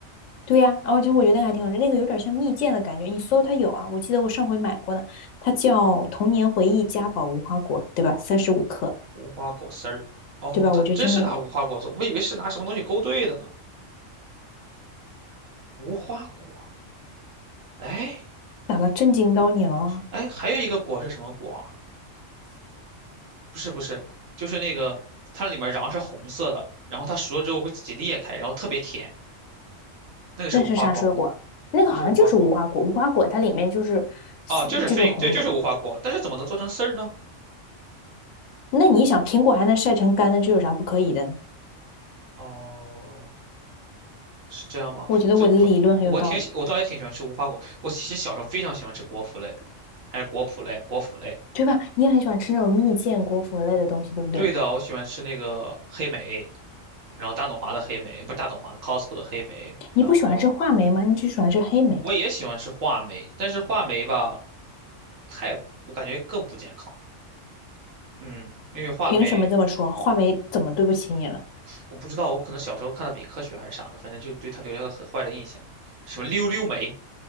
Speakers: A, on the left; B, on the right.
A: 对呀、其实我觉得那个还挺好吃，那个有点像蜜饯的感觉，你搜它有啊，我记得我上回买过呢，它叫童年回忆嘉宝无花果，对吧？三十五克。
B: 无花果丝儿。哦，
A: 对吧？
B: 它真是拿无花果做，
A: 我觉得真的有
B: 我以为是拿什么东西勾兑的呢。无花果，哎。
A: 打了震惊到你了啊！
B: 哎，还有一个果是什么果啊？不是不是，就是那个它里面瓤是红色的，然后它熟了之后会自己裂开，然后特别甜。那个是无花果吗？
A: 那是啥水果啊？那个好像就是无花果，
B: 那是无花果吗？
A: 无花果它里面就是
B: 哦，就是
A: 就是红的。
B: fig，对，就是无花果。但是怎么能做成丝儿呢？
A: 那你想，苹果还能晒成干的，这有啥不可以的呢？
B: 哦，是这样吗？
A: 我觉得我的理论很有道理，
B: 这我挺喜，我倒也挺喜欢吃无花果。我其实小时候非常喜欢吃果脯类，还是果脯类，果脯类。
A: 对吧？你也很喜欢吃那种蜜饯、果脯类的东西，对不对？
B: 对的，我喜欢吃那个黑莓，然后大董华的黑莓，不是大董华，Costco 的黑莓，
A: 你不喜欢吃话梅吗？
B: 然后
A: 你只喜欢吃黑莓，
B: 我也喜欢吃话梅，但是话梅吧，太，我感觉更不健康。嗯，因为话梅，
A: 凭什么这么说？话梅怎么对不起你了？
B: 我不知道，我可能小时候看的伪科学还是啥的，反正就对它留下了很坏的印象。什么溜溜梅，